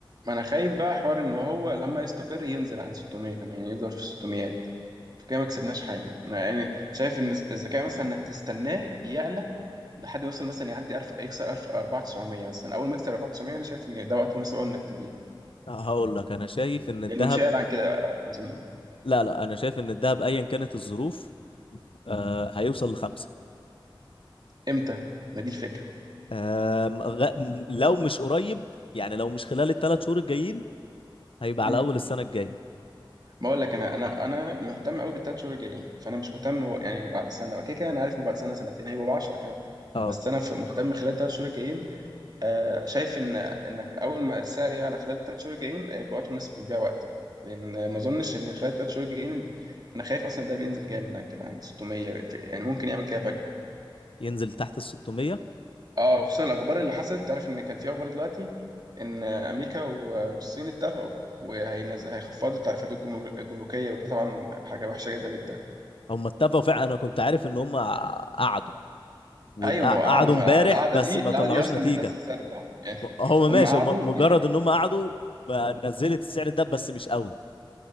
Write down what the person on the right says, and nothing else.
ما انا خايف بقى حوار ان هو لما يستقر ينزل عن 600 كمان يعني يفضل في 600 فكده ما كسبناش حاجه انا يعني شايف ان الذكاء مثلا انك تستناه يعلى لحد ما يوصل مثلا يعدي ألف يكسر 1000 4900 مثلا اول ما يكسر 4900 انا شايف ان ده وقت مناسب قوي انك تبيع
لانه مش هيعلى عن كده اظن
امتى ما دي الفكره
امم
بقول لك انا انا انا مهتم قوي بالثلاث شهور الجايين فانا مش مهتم هو يعني بعد سنه كده كده انا عارف ان بعد سنه سنتين هيبقوا ب 10 كمان
بس انا في- مهتم خلال الثلاث شهور الجايين آه شايف ان انك اول ما السعر يعلى خلال الثلاث شهور الجايين آه، يبقى وقت مناسب للبيع وقتي لان ما اظنش ان خلال الثلاث شهور الجايين انا خايف اصلا ده بينزل جامد عن كده عن 600 يعني ممكن يعمل كده
اه وخصوصا الاخبار اللي حصلت تعرف ان كان في اخبار دلوقتي ان امريكا و- والصين اتفقوا وهينزل هيخفضوا التعريفات الجمر- الجمركيه وده طبعا حاجه وحشه جدا للدهب
ايوه ما هو قعدوا ما
هو الع- القعده
دي
القعده
دي اصلا
بتنزل سعر الدهب يعني <laughs>
هم قعدوا
دي-